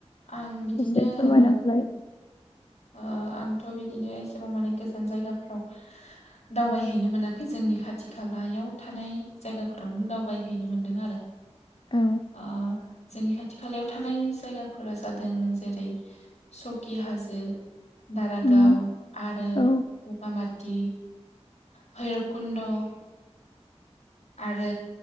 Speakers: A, on the left; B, on the left.
A: आं बिदिनो
B: एसे फोरमायना
A: ओ
B: होलाय।
A: ओ आंथ' बिदिनो एसेबां माने गोजान जायगाफ्राव दावबायहैनो मोनाखै जोंनि खाथि खालायाव थानाय जायगाफोरावनो दावबायहैनो मोनदों आरो।
B: औ।
A: ओ जोंनि खाथि खालायाव थानाय जायगाफोरा जादों जेरै- सकि हाजो। दारागाव
B: उम
A: आरो
B: औ
A: बगामा थि भैरब कुन्न्द'। आरो